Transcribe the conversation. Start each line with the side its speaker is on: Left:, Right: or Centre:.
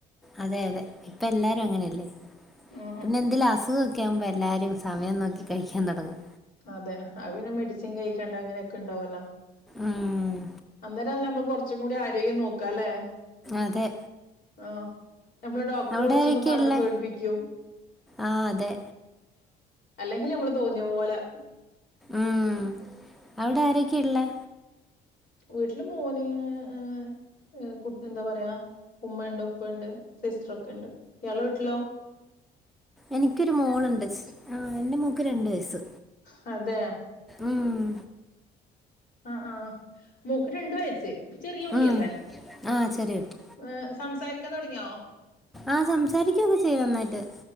Centre: അതെ അതെ ഇപ്പ എല്ലാരും അങ്ങനെയല്ലെ?
Left: ഉം ഉം
Centre: പിന്നെ എന്തെലും അസുഖം ഒക്കെ ക്കെ ആവുമ്പോ എല്ലാരും സമയം നോക്കി കഴിക്കാൻ തൊടങ്ങും
Left: അതെ അയ് പിന്നെ മെഡിസിൻ കഴിക്കെണ്ടെ അങ്ങനെയൊക്കെ ഇണ്ടാവോല്ലോ
Centre: ഉം
Left: അന്നേരം ആണല്ലോ നമ്മെ ൾ കൊർച്ചും കൂടി ആരോഗ്യം നോക്കാ അല്ലെ?
Centre: അതെ
Left: ആഹ് ഞമ്മളെ ഡോക്ടർ
Centre: അവിടെ
Left: കൊർച്ചൊന്ന്
Centre: ആരൊക്കെയാ
Left: പർഞ്ഞ്
Centre: ഉള്ളേ
Left: പേട്പ്പിക്കും
Centre: ആഹ് അതെ
Left: അല്ലെങ്കിൽ നമ്മെ ൾ തോന്നിയ പോലെ
Centre: ആഹ് അയുടെ ആരൊക്കെ ഇള്ളെ?
Left: വീട്ട്ൽ മോന് ഏഹ് ഏഹ് കുട്ട് എന്താ പറയാ ഉമ്മയിണ്ട് ഉപ്പയിണ്ട്‌ സിസ്റ്റെർ ഒക്കെ ഇണ്ട് ഇയാളെ വീട്ട്ലോ?
Centre: എനിക്കൊര് മോൾ ഇണ്ട് സ് ആഹ് എന്റെ മോക്ക് രണ്ട് വെയ്സ്സ്
Left: ഹതെ
Centre: ആഹ്
Left: ആഹ് ആഹ് മോക്ക് രണ്ട് വയസ്സ് ചെറിയ കുട്ടിയല്ലേ
Centre: ഉം ആഹ് ചെറിയ കുട്ടി
Left: ഏഹ് സംസാരിക്കാൻ തുടങ്ങിയോ
Centre: ആഹ് സംസാരിക്കുക്കെ ചെയ്യും നന്നായിട്ട്